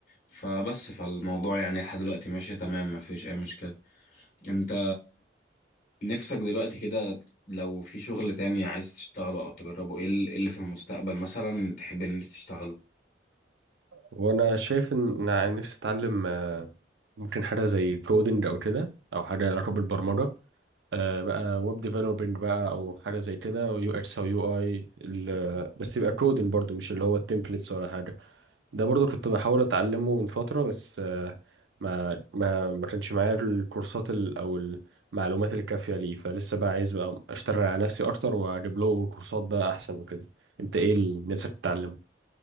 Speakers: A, on the left; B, on the right.
A: فبس فالموضوع يعني لحد دلوقتي ماشي تمام مفيش أي مشكلة أنت نفسك دلوقتي كده لو في شغل تاني عايز تشتغله او تجربه ايه ال- إيه اللي في المستقبل مثلا تحب ان انت تشتغله
B: وأنا شايف إن إن أنا نفسي أتعلم آه، ممكن حاجة زي كودنج أو كده أو حاجة لها علاقة بالبرمجة آه، بقى ويب ديفلوبينج بقى أو حاجة زي كده ويو إكس أو يو آي بس يبقى كودنج برضه مش اللي هو التمبلتس ولا حاجة ده برضو كنت بحاول اتعلمه من فترة بس آه، ما ما ما كانش معايا الكورسات ال- او المعلومات الكافية ليه فلسه بقى عايز بقى اشتغل على نفسي اكتر واجيب له كورسات بقى احسن وكده انت ايه اللي نفسك تتعلمه